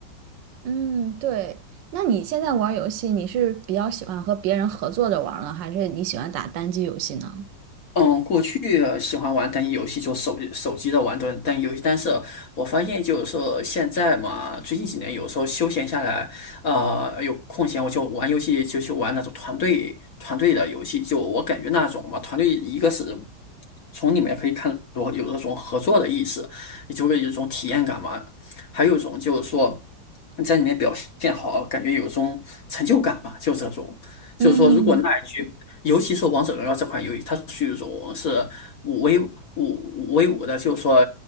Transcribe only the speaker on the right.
嗯，对。那你现在玩儿游戏，你是比较喜欢和别人合作着玩儿呢，还是你喜欢打单机游戏呢？
嗯